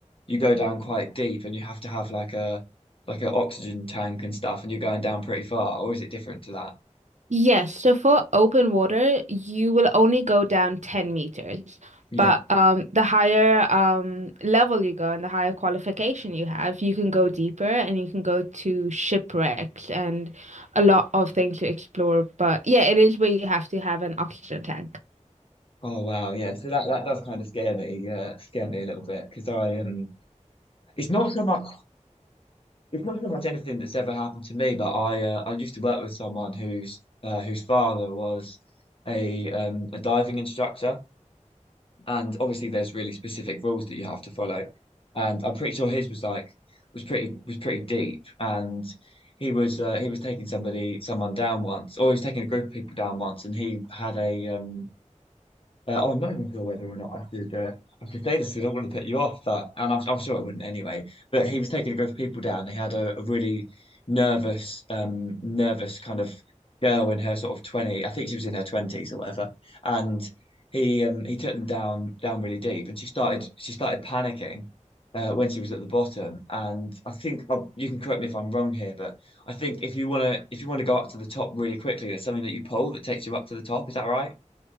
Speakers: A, on the left; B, on the right.
A: you go down quite deep and you have to have like a like an oxygen tank and stuff and you're going down pretty far, or is it different to that?
B: Yes, so for open water, you will only go down 10 meters.
A: Yeah.
B: But um, the higher um, level you go and the higher qualification you have, you can go deeper and you can go to shipwrecks and a lot of things to explore. But yeah, it is where you have to have an oxygen tank.
A: Oh wow. Yeah. So that that does kind of scare me. Yeah, scare me a little bit because I um it's not so much it's not so much anything that's ever happened to me, but I uh, I used to work with someone whose uh, whose father was a um a diving instructor. And obviously there's really specific rules that you have to follow. And I'm pretty sure his was like was pretty was pretty deep. And he was uh, he was taking somebody someone down once, or he was taking a group of people down once, and he had a um uh, oh, I'm not even sure whether or not I should. Uh, I should say this because I don't want to put you off, but and I'm, I'm sure it wouldn't anyway. But he was taking a group of people down. They had a, a really nervous, um, nervous kind of girl in her sort of twenty. I think she was in her twenties or whatever. And he um, he took them down down really deep, and she started she started panicking uh, when she was at the bottom. And I think uh, you can correct me if I'm wrong here, but I think if you want to if you want to go up to the top really quickly, there's something that you pull that takes you up to the top. Is that right?